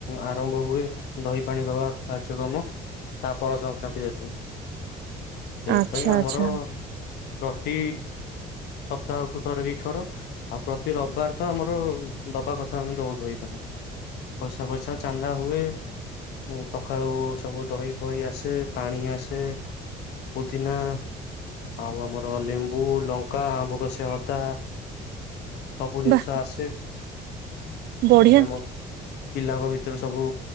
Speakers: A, on the left; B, on the right.
A: ଆରମ୍ଭ ହୁଏ ଦହି ପାଣି ଦବା କାର୍ଯ୍ୟକ୍ରମ। ତା ପର ସଂକ୍ରାନ୍ତି ଯାକେ ସେଇଥିପାଇଁ
B: ଆଚ୍ଛା
A: ଆମର
B: ଆଚ୍ଛା
A: ପ୍ରତି ସପ୍ତାହକୁ ଥରେ ଦିଥର ଆଉ ପ୍ରତି ରବାର୍ ତ ଆମର ଦବା କଥା ଆମେ ଦଉ ଦହିପାଣି ପଇସା ଫଇସା ଚାନ୍ଦା ହୁଏ ଉଁ -ସକାଳୁ ସବୁ ଦହି ଫହି ଆସେ ପାଣି ଆସେ ପୁଦିନା ଆଉ ଆମର ଲେମ୍ବୁ, ଲଙ୍କା, ଆମ୍ବ କଷିଆ ଅଦା ସବୁ ଜିନିଷ
B: ବା
A: ଆସେ
B: ବଢିଆ
A: ଆମେ ଆମ ପିଲାଙ୍କ ଭିତରେ ସବୁ